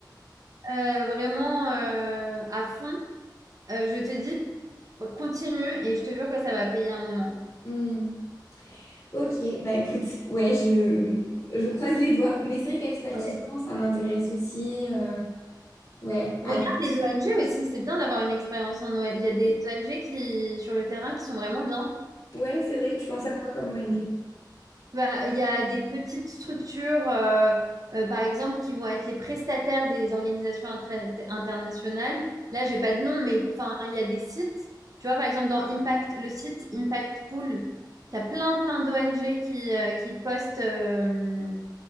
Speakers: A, on the right (about 50°); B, on the left (about 40°).
A: euh, vraiment euh, à fond, Euh, je te dis, continue et je te jure que ça va payer un moment.
B: Hmm. Ok, bah écoute, ouais, je, je croise les doigts. Mais c'est vrai qu'expertise
A: Ouais.
B: France, ça m'intéresse aussi. euh, ouais,
A: Regarde
B: à des-
A: les ONG aussi, c'est bien d'avoir une expérience en ONG. Il y a des ONG qui, sur le terrain qui sont vraiment bien.
B: ouais, c'est vrai. Tu penses à quoi comme ONG?
A: Bah, il y a des petites structures, euh, euh, par exemple, qui vont être les prestataires des organisations intra- internationales. Là, j'ai pas de nom, mais enfin, il y a des sites. Tu vois, par exemple, dans Impact, le site Impact Pool, tu as plein, plein d'ONG qui, euh, qui postent euh,